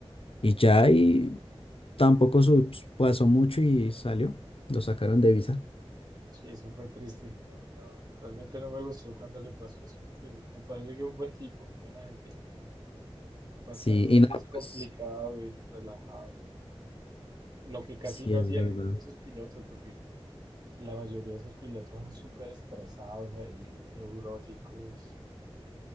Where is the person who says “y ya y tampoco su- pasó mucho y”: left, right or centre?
Left